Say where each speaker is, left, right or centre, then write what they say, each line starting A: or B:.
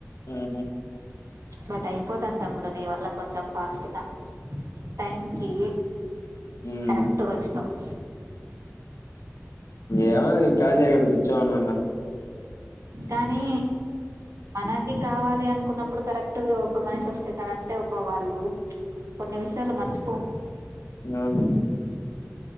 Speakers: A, on the left; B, on the right.
A: ఉ
B: బట్ అయిపోతాంది తమ్ముడు నీ వల్ల కొంచెం ఫాస్ట్ గా టైంకి
A: మ్మ్
B: కరెక్ట్గొచ్చినవ్
A: ఏవో టాలీ అయేది గుచ్చమన్నన్న
B: కానీ మనకి కావాలి అనుకున్నప్పుడు కరెక్ట్గా ఒక మనిషి వొస్తున్నాడంటే ఒబ్బ వాళ్ళు కొన్ని విషయాలు మర్చిపోమ్
A: అవును